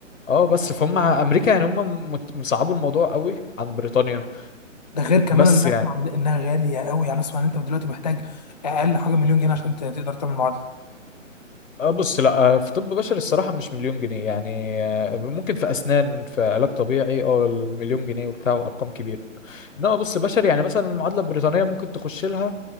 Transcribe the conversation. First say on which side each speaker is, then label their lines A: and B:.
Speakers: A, on the left (about 75°); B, on the left (about 35°).
A: اه بس فهم امريكا يعني هم مت- مصعبوا الموضوع قوي عن بريطانيا
B: ده غير كمان
A: بس
B: ان اسمع
A: يعني
B: إن- انها غاليه قوي يعني اسمع ان انت دلوقتي محتاج اقل حاجه مليون جنيه عشان ت- تقدر تعمل معادله
A: اه بص لا آه، في طب بشري الصراحة مش مليون جنيه يعني آه، ممكن في أسنان في علاج طبيعي اه المليون جنيه وبتاع وأرقام كبيرة انما بص بشري يعني مثلا المعادله البريطانيه ممكن تخش لها